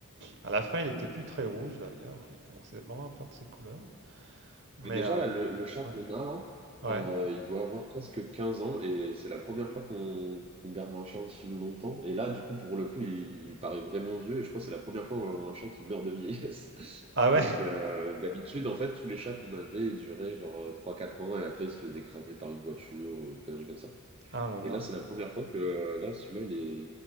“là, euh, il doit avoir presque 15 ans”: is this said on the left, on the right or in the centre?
Right